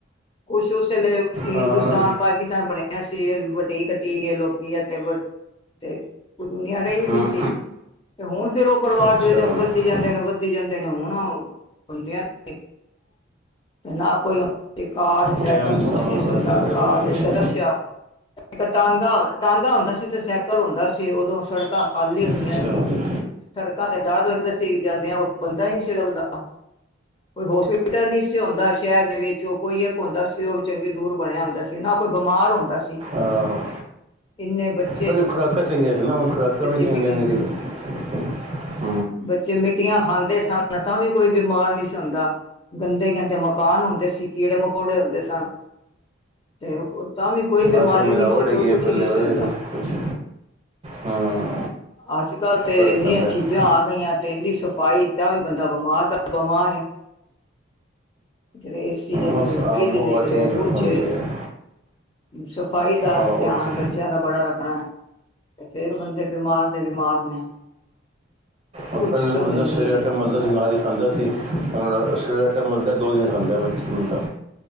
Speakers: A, on the left (about 25°); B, on the right (about 30°).
A: ਕੁਛ ਉਸ ਵੇਲੇ
B: ਹਾਂ
A: ਹਿੰਦੁਸਤਾਨ -ਪਾਕਿਸਤਾਨ ਬਣਿਆ ਸੀ ਵੱਡੀ- ਕੱਟੀ ਗਏ ਲੋਕੀ ਇਦਾਂ ਬਟ ਤੇ ਉਹ ਦੁਨੀਆਂ ਰਾਈ
B: ਹੂੰ,
A: ਨਹੀਂ ਸੀ। ਤੇ ਹੁਣ ਫਿਰ ਓ ਪਰਿਵਾਰ
B: ਅੱਛਾ
A: ਜੋ ਜੋ
B: ਆ
A: ਵੱਧਦੀ ਜਾਂਦੇ ਨੇ ਵੱਧ ਵਧਦੀ ਜਾਂਦੇ ਨੇ ਹੁਣ ਬੰਦਿਆਂ ਤੇ -ਨਾ ਕੋਈ ਤੇ ਕਾਰ ਸਾਈਕਲ
B: ਟਾਈਮ ਦੇ
A: ਕੁਛ
B: ਸਾਹਮਣੇ
A: ਨੀ ਸੀ
B: ਬੰਦਾ
A: ਹੁੰਦਾ।
B: ਤਾਂ
A: ਕਾਰ
B: ਬੜਾ ਕੁਛ
A: ਇੱਕ
B: ਹੂੰ
A: ਰਕਸ਼ਾ- ਇੱਕ ਟਾਂਗਾ -ਟਾਂਗਾ ਹੁੰਦਾ ਸੀ ਤੇ ਸਾਈਕਲ ਹੁੰਦਾ ਸੀ। ਉਦੋਂ ਸੜਕਾਂ ਖਾਲੀ ਹੁੰਦੀਆਂ
B: ਅੱਛਾ
A: ਸੀ।
B: ਹੂੰ
A: ਸੜਕਾਂ ਤੇ ਡਰ ਲੱਗਦਾ ਸੀ ਜਾਂਦਿਆਂ। ਕੋਈ ਬੰਦਾ ਈ ਨੀ ਸੀ ਲੱਭਦਾ। ਕੋਈ ਹੋਸਪਿਟਲ ਨੀ ਸੀ ਹੁੰਦਾ ਸ਼ਹਿਰ ਦੇ ਵਿੱਚ। ਜੋ ਕੋਈ ਇੱਕ ਹੁੰਦਾ ਸੀ ਓ ਚੰਗੀ ਦੂਰ ਬਣਿਆ ਹੁੰਦਾ ਸੀ। ਨਾ ਕੋਈ ਬਿਮਾਰ ਹੁੰਦਾ ਸੀ।
B: ਆਹੋ
A: ਇੰਨੇ ਸਾਲ ਬੱਚ-
B: ਪਹਿਲੇ ਖੁਰਾਕਾਂ ਚੰਗੀਆਂ ਸੀ ਨਾ ਹੁਣ ਖੁਰਾਕਾਂ ਵੀ ਚੰਗੀਆਂ
A: ਮਿੱਟੀ
B: ਨਹੀਂ ਰਹੀਆਂ
A: ਬੱਚੇ ਮਿੱਟੀਆਂ ਖਾਂਦੇ ਸਨ ਤਾਂ ਵੀ ਕੋਈ ਬਿਮਾਰ ਨਹੀਂ ਹੁੰਦਾ ਗੰਦੇ ਗੰਦੇ ਮਕਾਨ ਹੁੰਦੇ ਸੀ ਕੀੜੇ ਮਕੌੜੇ ਹੁੰਦੇ ਸਨ ਤੇ ਤਾਂ ਵੀ ਕੋਈ ਬਿਮਾਰੀ
B: ਅੱਜ ਕੱਲ੍ਹ ਮਿਲਾਵਟ
A: ਨਹੀਂ ਸੀ ਕੋਈ
B: ਹੈਗੀ ਹੈ
A: ਕੁਛ
B: ਪਹਿਲੇ
A: ਨਹੀਂ
B: ਵਧੀਆ
A: ਸੀ ਹੁੰਦਾ
B: ਸਭ ਕੁਛ ਹੂੰ
A: ਅੱਜ ਕੱਲ ਤੇ
B: ਫਰਕ
A: ਇਨੇ
B: ਪੈਂਦਾ
A: ਚੀਜ਼ਾਂ
B: ਹੈ।
A: ਆ ਗਈਆਂ ਇੰਨੀ ਸਫ਼ਾਈ ਤਾਂ ਇਦਾਂ ਬੰਦਾ ਬਿਮਾਰ ਤਾਂ ਬਿਮਾਰ ਹੈ। <unintelligible> ਕਿਤੇ
B: ਬਸ ਆਬੋ
A: ਫਰਿਜ ਨੇ
B: ਹਵਾ
A: ਕਿਤੇ
B: ਚੇਂਜ
A: ਪੁਛੇ
B: ਹੁੰਦੀ ਹੈ
A: ਸਫ਼ਾਈ ਦਾ
B: ਹਾਂ
A: ਧਿਆਨ
B: ਉੱਥੇ
A: ਬੱਚਿਆਂ ਦਾ ਬੜਾ ਰੱਖਣਾ ਤੇ ਫਿਰ ਬੰਦੇ ਬਿਮਾਰ ਦੇ ਬਿਮਾਰ ਨੇ
B: ਆਪਾਂ
A: ਕੁਛ
B: ਜਿੱਦਾਂ
A: ਸਮਝ
B: ਦਾ ਬੰਦਾ
A: ਨੀ
B: ਸਜੈਕਟ ਮਲਦਾ
A: ਆਈ
B: ਨਾਲ ਹੀ ਖਾਂਦਾ ਸੀ ਹੁਣ ਸਜੈਕਟ ਮਲਦਾ ਦੋ ਦਿਨ ਖਾਂਦਾ ਮਰਜ਼ੀ ਦਾ ਬੰਦਾ